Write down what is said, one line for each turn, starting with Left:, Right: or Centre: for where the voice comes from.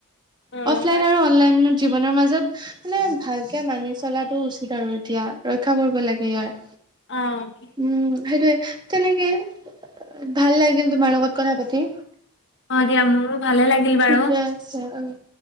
Left: উম,
Right: অফলাইন আৰু অনলাইনৰ জীৱনৰ মাজত মানে ভালকে মানি চলাটো উচিত আৰু এতিয়া, ৰক্ষা কৰিব লাগে ইয়াৰ।
Left: অ'।
Right: উম, সেইটোয়ে, তেনেকেই, ভাল লাগিল তোমাৰ লগত কথা পাতি।
Left: অ দিয়া মোৰো ভালে লাগিল
Right: ঠিকে
Left: বাৰু
Right: আছে অম',